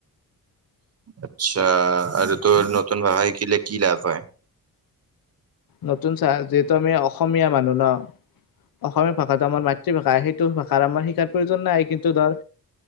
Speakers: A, on the right; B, on the left.
A: আচ্ছা আৰু তোৰ নতুন ভাষা শিকিলে কি লাভ হয়!
B: নতুন চা যিহেতু আমি অসমীয়া মানুহ ন অসমীয়া ভাষাটো আমাৰ মাতৃভাষা সেইটো আমাৰ শিকাৰ প্ৰয়োজন নাই কিন্তু ধৰ